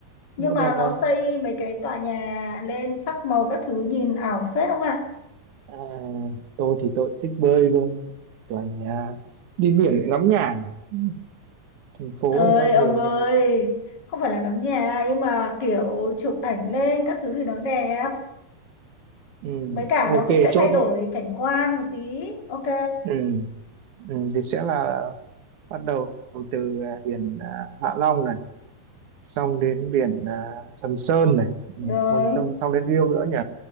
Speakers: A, on the left; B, on the right.
A: nhưng
B: nhưng có
A: mà
B: đẹp không
A: nó xây mấy cái tòa nhà lên sắc màu các thứ nhìn ảo phết không ạ
B: À, tôi thì tôi thích bơi luôn tòa nhà đi biển ngắm nhà Ừ, thành phố
A: ơi
B: thì đang
A: ông
B: nhiều
A: ơi
B: nhà
A: không phải là ngắm nhà nhưng mà kiểu chụp ảnh lên các thứ thì nó đẹp
B: ừ,
A: với cả
B: ok
A: nó cũng sẽ
B: chốt
A: thay đổi
B: đi
A: cảnh quan một tí ok
B: ừ, ừ, thì sẽ là bắt đầu từ à, biển à, Hạ Long này xong đến biển à, Sầm Sơn này ừ,
A: rồi
B: còn tông xong đến Riêu nữa nhỉ